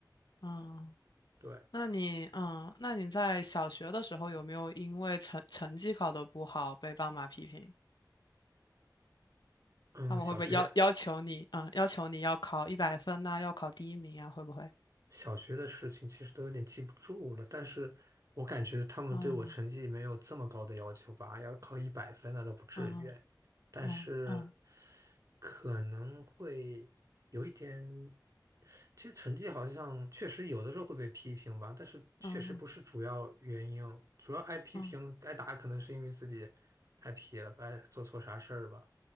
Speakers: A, on the left (about 70°); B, on the right (about 45°).
A: 嗯，
B: 对，
A: 那你嗯，那你在小学的时候有没有因为成成绩考得不好被爸妈批评？
B: 嗯，
A: 他们会不会要要求你，
B: 小学。
A: 嗯，要求你要考一百分呐、要考第一名啊，会不会？
B: 小学的事情其实都有点记不住了，但是我感觉他们对我成绩没有这么高的要求吧，
A: 嗯
B: 要考一百分那倒不至于，
A: 嗯
B: 但是
A: 嗯嗯
B: 可能会有一点，其实成绩好像确实有的时候会被批评吧，但是确实不是主要原因，
A: 嗯
B: 主要挨批评挨打可能是因为自己太皮了，
A: 嗯
B: 不爱做错啥事儿吧。